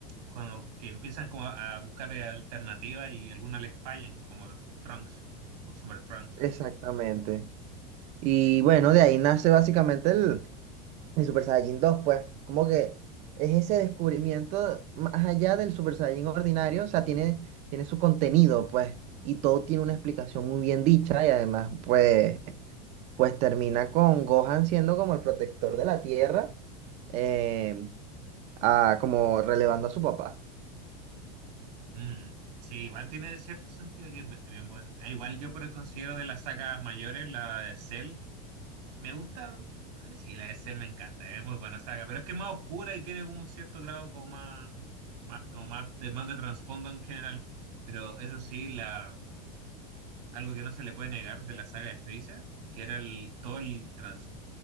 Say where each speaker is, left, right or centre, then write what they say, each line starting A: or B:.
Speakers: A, on the right; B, on the right.
A: cuando que empiezan como a buscar eh, alternativas y algunas les fallan, como Trunks o Super Trunks.
B: Exactamente. Y bueno, de ahí nace básicamente el, el Super Saiyan dos pues, como que es ese descubrimiento más allá del Super Saiyan ordinario, o sea, tiene, tiene su contenido, pues, y todo tiene una explicación muy bien dicha y además, pues, pues termina con Gohan siendo como el protector de la Tierra. em, Ah, como relevando a su papá.
A: Mm, sí, igual tiene cierto sentido que es bi- bien buena. Ah, igual yo por el considero de las sagas mayores, la de Cell, me gusta, mm, sí, la de Cell me encanta, es muy buena saga, pero es que es más oscura y tiene como un cierto grado como más, más, como más de, más de trasfondo en general. Pero eso sí, la, algo que no se le puede negar de la saga de Freezer, que era el, todo el trasfondo